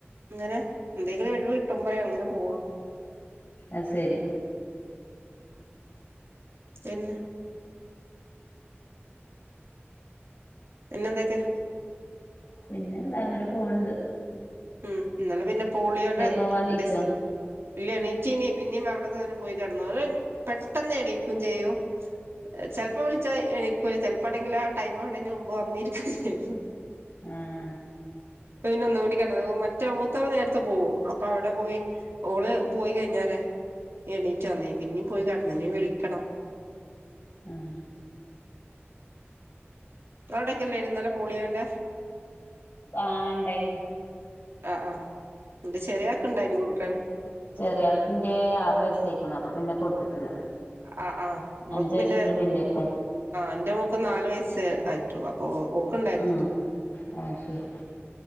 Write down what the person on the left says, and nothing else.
അ ശരി
പിന്നെന്താ അങ്ങനെ പോവുണ്ട്
പോവാൻ നീച്ചോ
ആഹ
ആഹ
ആഹ് ഇണ്ടായിനു
ചെറിയ ആൾക്കിന്റെ ആറു വയസ്സായിക്കണ അപ്പൊ പിന്നെ കൊടുത്തിട്ടില്ല
അഞ്ചു വയസ്സിന്റെ
ഉള്ളിൽ ഇണ്ടായിരിക്കല്ലോ
ആ ആ ശരി